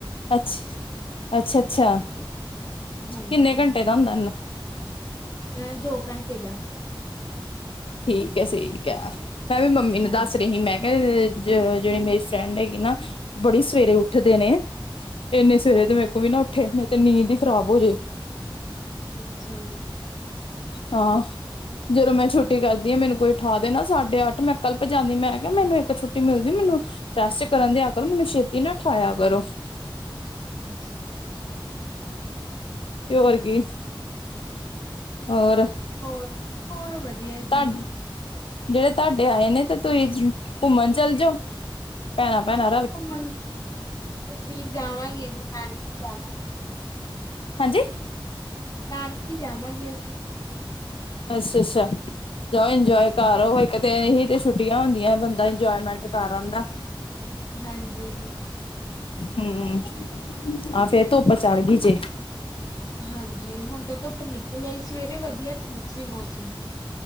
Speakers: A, on the left (about 90°); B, on the left (about 45°).
A: ਅੱਛ ਅੱਛਾ ਅੱਛਾ
B: ਹਾਂਜੀ ਹਾਂਜੀ
A: ਕਿੰਨੇ ਘੰਟੇ ਦਾ ਹੁੰਦਾ ਇਹਨਾ
B: ਐ ਦੋ ਘੰਟੇ ਦਾ।
A: ਠੀਕ ਐ ਠੀਕ ਐ, ਮੈਂ ਵੀ ਮੰਮੀ ਨੂੰ
B: ਹਾਂਜੀ
A: ਦੱਸ ਰਹੀ ਸੀ ਮੈਂ ਜਿਹੜੀ ਮੇਰੀ ਫਰੈਂਡ ਹੈਗੀ ਨਾ ਬੜੀ ਸਵੇਰੇ ਉੱਠਦੇ ਨੇ ਇੰਨੇ ਸਵੇਰੇ
B: ਹਾਂਜੀ
A: ਤੇ ਮੇਰੇ ਕੋਲ ਵੀ ਨਾ ਉੱਠੇ ਮੇਰੇ ਤੇ ਨੀਂਦ ਹੀ ਖਰਾਬ ਹੋ ਜੇ।
B: ਅੱਛਾ।
A: ਹਾਂ ਜਦੋਂ ਮੈਂ ਛੁੱਟੀ ਛੁਟੀ ਕਰਦੀ ਆ ਮੈਨੂੰ ਕੋਈ ਉਠਾ ਦੇ ਨਾ ਸਾਡੇ ਅੱਠ ਮੈਂ ਕੱਲ੍ਹਜਾਦੀ ਮੈਂ ਕਿਹਾ ਮੈਨੂੰ ਇੱਕ ਛੁੱਟੀ ਮਿਲਦੀ ਮੈਨੂੰ ਟਸਟ ਕਰਨ ਦਿਆ ਕਰੋ ਮੈਨੂੰ ਛੇਤੀ ਨਾ ਠਵਾਇਆ ਕਰੋ
B: ਅੱਛਾ
A: ਤੇ ਹੋਰ ਕੀ ਹੋਰ
B: ਹੋਰ ਹੋਰ ਵਧੀਆ
A: ਤ
B: ਜੀ
A: ਜਿਹੜੇ ਤੁਹਾਡੇ ਆਏ ਨੇ ਤੇ ਤੁਸੀਂ ਘੁੰਮਣ ਚੱਲ ਜਾਓ ਪੈਣਾ ਭੈਣਾ
B: ਘੁੰਮਣ ਅਸੀਂ ਜਾਵਾਂਗੇ ਨਾਨਕੀ ਜਾਵਾਂਗੇ
A: ਹਾਂਜੀ
B: ਨਾਨਕੀ ਜਾਵਾਂਗੇ ਅਸੀਂ
A: ਅੱਛਾ ਅੱਛਾ ਜਾਓ ਇੰਜੋਏ
B: ਹਾਂ
A: ਘ ਉਹ ਇੱਕ ਤੇ ਇਹੀ ਤੇ ਛੁੱਟੀਆਂ ਹੁੰਦੀਆਂ ਬੰਦਾ ਇੰਜੋਏਮੈਂਟ ਕਰ ਆਦਾ
B: ਹਾਂਜੀ
A: ਹਮ ਆਹ ਫਿਰਰ ਤ ਬਚਾ ਗੀ ਜੇ
B: ਹਾਂਜੀ ਹੁਣ ਤਾਂ ਧੁਪ ਨਿਕਲਿਆਈ ਸਵੇਰੇ ਵਧੀਆ ਠੀਕ ਸੀ ਮੌਸਮ